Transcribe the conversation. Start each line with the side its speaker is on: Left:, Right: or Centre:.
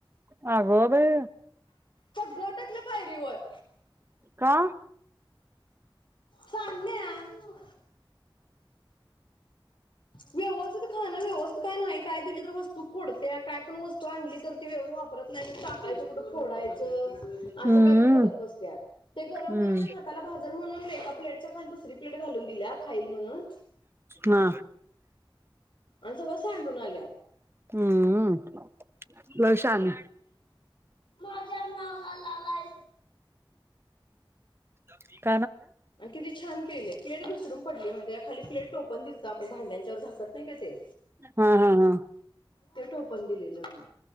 Right: हा गो भाई
Left: घटतले पायरीवर
Right: का
Left: चांगल्या व्यवस्थित खाणं व्यवस्ित काय नाही काय दिलं तर वस्तू फोडत्या काय पण वस्तू आणली तर ती व्यवस् वापरत नाही टाकायच कुठं फोडायचं
Right: हम्म
Left: असं काय करत बसत्या ते गरम
Right: हम्म
Left: गरम हाताला भाजण म्हणून एका प्लेटच्या खाली दुसरी प्लेट घालून दिल्या खाईल म्हणून
Right: ना
Left: मा कस आणून आल्या
Right: हम्म लवशान
Left: मजा न झालालाय
Right: ह
Left: किती छान केले क्ुसर ड म्हण खाली प्लेटोपण दित आपण भांड्यांच्यावर झाकत नाही का ते
Right: हा हा हा
Left: ते ठोपण दिलेलं